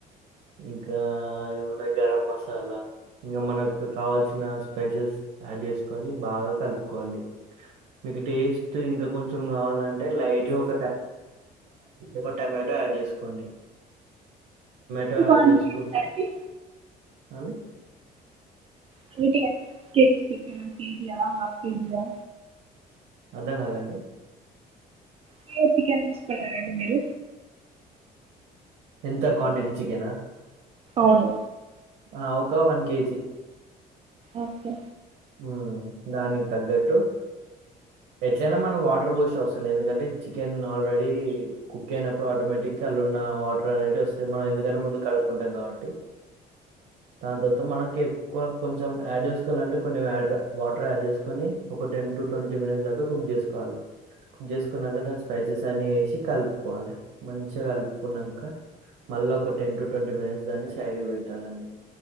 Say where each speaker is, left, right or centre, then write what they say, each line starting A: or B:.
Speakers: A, on the right; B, on the right.
A: ఇంకా ఏమున్నాయి గరం మసాలా ఇంకా మనకు కావాల్సిన స్పైసెస్ యాడ్ జేస్కొని బాగా కలుపుకోండి. మీకు టేస్ట్ ఇంకా కొంచం గావాలంటే లైట్గా ఒక ట ఒక టమా టొ యాడ్ జేస్కోండి టో యాడ్
B: క్వాంటిటీ
A: జేస్కుంటే
B: ఎంత అండి
A: అండి
B: <unintelligible> కేజీయా ఆఫ్ కేజీయా
A: అర్థం గాలే అండి
B: <unintelligible> చికెన్ తీసుకున్నారండి మీరు
A: ఎంత క్వాంటిటీ చికెనా
B: ఔను
A: ఆ ఒకా వన్ కేజీ
B: ఓకే
A: హ్మ్ దానికి తగ్గట్టు ఎట్లయినా మనం వాటర్ బోసే అవస్ లేదు ఎందుకంటే చికెన్ ఆల్రెడీ కుక్ అయినప్పుడు ఆటోమేటి కళ్ళున్న వాటర్ అనేటివి వస్తాయ్ మనం ఎందుకంటే మనం ముందు కడుక్కుంటాం గాబట్టి తాన్ తొత్తు మనకి ఎక్కువ కొంచెం యాడ్ జేస్కోలంటే కొన్ని వ్యట్రా వాటర్ యాడ్ చేసుకొని ఒక టెన్ టు ట్వంటీ మినిట్స్ దాకా కుక్ జేసుకోవాలే కుక్ జేసుకున్నాక దాని స్పైసెస్ అన్నీ ఏసి కలుపుకోవాలే మంచిగా కలుపుకున్నంక మళ్ళా ఒక టెన్ టు ట్వంటీ మినిట్స్ దాన్ని సైడ్కి పెట్టాలండి